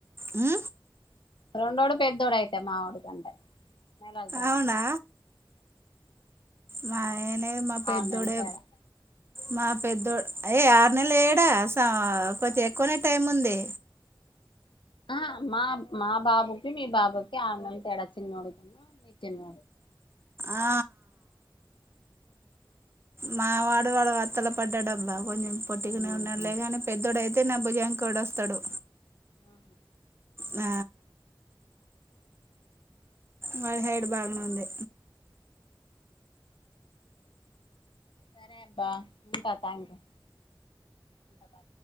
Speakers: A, on the right; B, on the left.
A: ఉ
B: రెండోడు పెద్దోడు అయితే మా వాడికంటే నేలళ్తేడా
A: అవునా మాయనే మా పెద్దోడే
B: ఆరు నెలల తేడా
A: మా పెద్దోడు ఏయ ఆరు నెల ఏడా కొంచెం ఎక్కువనే టైం ఉంది
B: ఆ మా మా బాబుకి మీ బాబుకి ఆమెంత ఎడచ్చింది నోడుతన్నా మీచిన్న
A: ఆ మా వాడు వాడు వతలు పడ్డాడబ్బా కొంచెం పొట్టుకనే
B: ఉహు
A: ఉన్నాడులే కానీ పెద్దడుయితే అతే నబ్బుజాంనికిడొస్తాడు
B: ఆ
A: ఆ వాళ హైడ్ బాగానే ఉంది
B: సరే అబ్బా ఉంటా థ్యాంక్ యూ ఉంటా బా